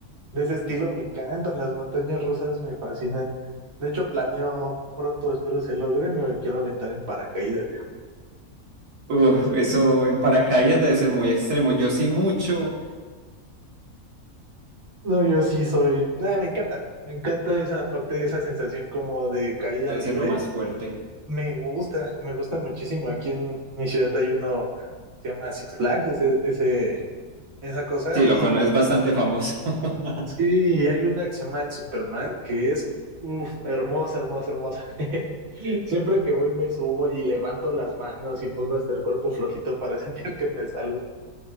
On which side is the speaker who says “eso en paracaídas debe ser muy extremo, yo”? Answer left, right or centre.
Right